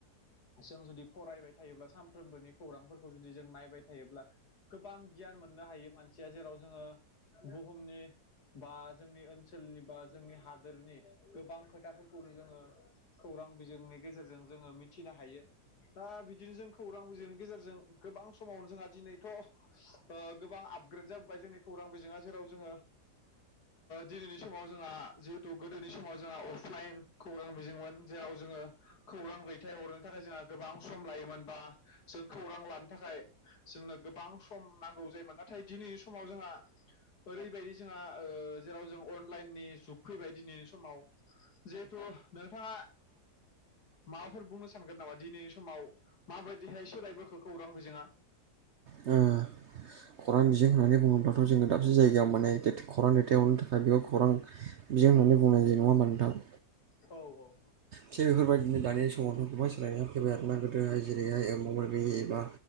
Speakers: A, on the left; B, on the right.
A: जों जुदि फरायबाय थायोब्ला सानफ्रोमबोनि खौरांफोरखौ जुदि जों नायबाय थायोब्ला गोबां गियान मोननो हायो मानसिया जेराव जोङो बुहुमनि बा जोंनि ओनसोलनि बा जोंनि हादोरनि गोबां खोथाफोरखौनो जोङो खौरां बिजोंनि गेजेरजों जोङो मिथिनो हायो। दा बिदिनो जों खौरां बिजोंनि गेजेरजों गोबां समावनो जोंहा दिनै थ' ओ गोबां आपग्रेड जाबोबाय जोंनि खौरां बिजोङा जेराव जोङो दिनैनि समाव जोंहा जिहेथु गोदोनि समाव जोंहा अफलाइन खौरां बिजोंमोन जेराव जोङो खौरां दैथाय हरनो थाखाय जोंहा गोबां सम लायोमोन बा जों खौरां लानो थाखाय जोंनो गोबां सम नांगौ जायोमोन नाथाय दिनै समाव जोंहा ओरैबायदि जोंहा जेराव जों अनलाइननि जुग फैबाय दिनैनि समाव जिहेथु नोंथाङा माबाफोर बुंनो सानगोन नामा दिनैनि समाव माबायदिहाय सोलायबोखो खौरां बिजोङा
B: ओ खौरां बिजों होन्नानै बुङोब्ला' जोङो दाबसे जायगायाव माने खौरां दैथायावनो फ्राय बेखौ खौरां बिजों होननानै बुंनाय जायो नङा होमबा नोंथां?
A: औ औ
B: थिग बेफोरबायदिनो दानि समावफोरखौहाय सोलायनाय फैबाय आरोना गोदोहाय जेरैहाय मबाइल गैयि एबा